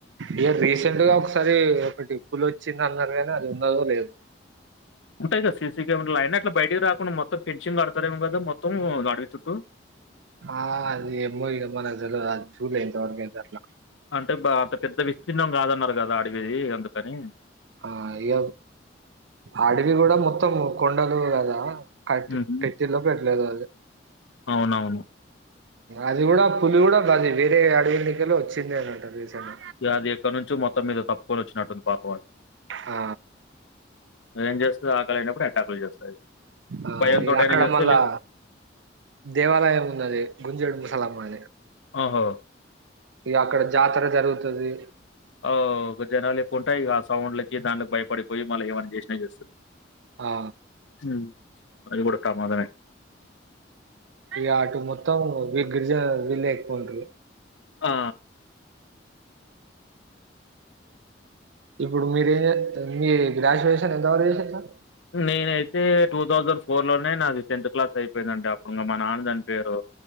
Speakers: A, on the right; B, on the left.
A: ఇక రీసెంట్ గా ఒకసారి ఒకటి పులి వచ్చింది అన్నరు కానీ అది ఉన్నదో లేదో
B: ఉంటయి సర్ సిసీ కెమెరాలు అయినా అట్లా బయట రాకుండా మొత్తం ఫెన్సింగ్ కడతారేమో కదా మొత్తం అడవి చుట్టూ?
A: ఆ అది ఏమో ఈడ మనకు తెలవదది చూల్లె ఇంతవరకైతే అట్లా
B: అంటే బ అంత పెద్ద విస్తీర్ణం కాదన్నరు కదా అడవి అందుకని
A: ఆ ఇ ఆడవి కూడా మొత్తం కొండలు కదా కట్టి
B: ఉహు.
A: పెట్టిల్లో పెట్టలేదో అది
B: అవునవును
A: అది కూడా పులి కూడా అది వేరే అడవిలో కెళ్ళి వచ్చిందేనట రీసెంట్గ
B: ఇక అది ఎక్కడ నుంచో మొత్తం మీద తప్పుకొని వచ్చినట్టుంది పాపం అది
A: ఆ
B: అదేం చేస్తది ఆకలైనప్పుడు అటాకులు చేస్తది
A: ఆ
B: భయంతోటైనా
A: అది అక్కడ
B: చేస్తది
A: మళ్ళా
B: లేక
A: దేవాలయం ఉన్నది గుంజడు సల మ
B: ఆహో
A: ఇక అక్కడ జాతర జరుగుతది
B: ఓ గు జనాల కుంటాయిక ఆ సౌండ్లకి దాన్లకి భయపడిపోయి మళ్ళ ఏమైన చేసినా చేస్తది
A: ఆ
B: హ్మ్. అది కూడా కూడా ప్రమాదమే
A: ఇక ఆటు మొత్తం వి గిరిజ వీళ్లే ఎక్కువుంటరు
B: ఆ
A: ఇప్పుడు మీరేం చేతారు మీ గ్రాడ్యుయేషన్ ఎంతవరకు చేసిర్రు
B: నేనైతే టూ థౌజండ్ ఫోర్ లోనే నాది టెన్త్ క్లాస్ అయిపోయిందండి. అప్పుడు మా నాన్న చనిపోయిండు.